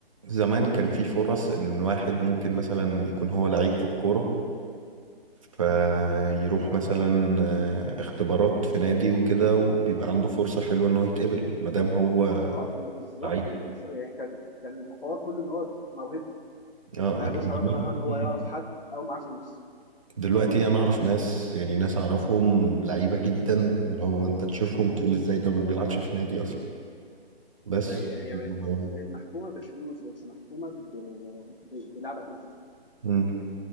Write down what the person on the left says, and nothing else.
آه ب بالضبط،
بالض يعني كان كان الحوار كله إن هو موهبته،
ما
لوش علاقة
بقى هل هو يعرف حد أو معاه فلوس.
هي هي بقت
بقت محكومة بفلوس، ما بقتش محكومة ب ب بلعبك أنت.